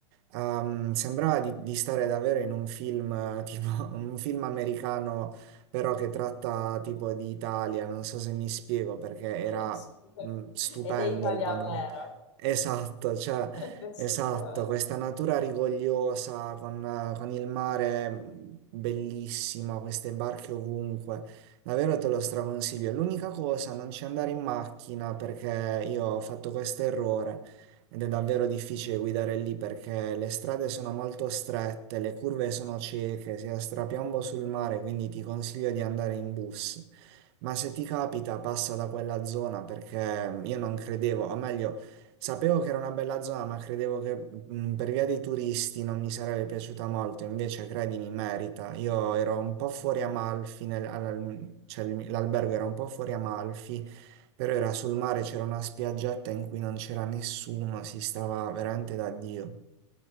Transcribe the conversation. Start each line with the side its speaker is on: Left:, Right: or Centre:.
Right: Ehm, sembrava di, di stare davvero in un film, eh, tipo <laughs> un film americano, però che tratta tipo di Italia, non so se mi spiego, perché era
Left: Eh, sì, per-
Right: mh, stupendo
Left: Ed è Italia
Right: il panorama.
Left: vera.
Right: Esatto, cioè,
Left: <laughs> Questa
Right: esatto,
Left: è Italia vera.
Right: questa natura rigogliosa con, eh, con il mare mh, bellissimo, queste barche ovunque. Davvero te lo straconsiglio. L'unica cosa, non ci andare in macchina perché io ho fatto questo errore ed è davvero difficile guidare lì perché le strade sono molto strette, le curve sono cieche, si ha strapiombo sul mare, quindi ti consiglio di andare in bus. Ma se ti capita, passa da quella zona perché mm, io non credevo, o meglio, sapevo che era una bella zona, ma credevo che mh, per via dei turisti non mi sarebbe piaciuta molto, invece credimi, merita. Io ero un po' fuori Amalfi, nel- al- cioè il- l'albergo era un po' fuori Amalfi però era sul mare, c'era una spiaggetta in cui non c'era nessuno, si stava veramente da Dio.